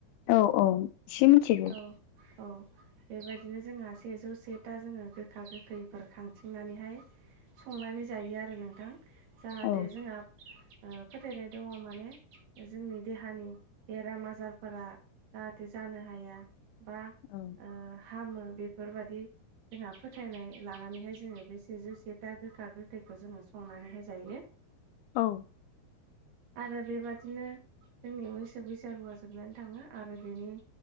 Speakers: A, on the left (about 80°); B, on the right (about 80°).
A: औ औ एसे मिनथिगौ
B: औ औ बेबायदिनो जोंहा सेजौ सेथा जोङो गोखा गोखैफोर खांथिंनानैहाय सं जायो आरो नोंथां जाहाथे
A: औ
B: जोंहा ओ फोथायनाय दङ माने जोंनि देहानि बेराम आजारफोरा जाहाथे जानो हाया बा
A: औ
B: ओ हामो बेफोरबादि जोंहा फोथायनाय लानानैहाय जोङो बे सेजौ से था गोखा गो खैखौ जोङो संनानैहाय जायो
A: औ
B: आरो बेबादिनो जोंनि मैसो बैसागुआ जोबनानै थाङो आरो बेनि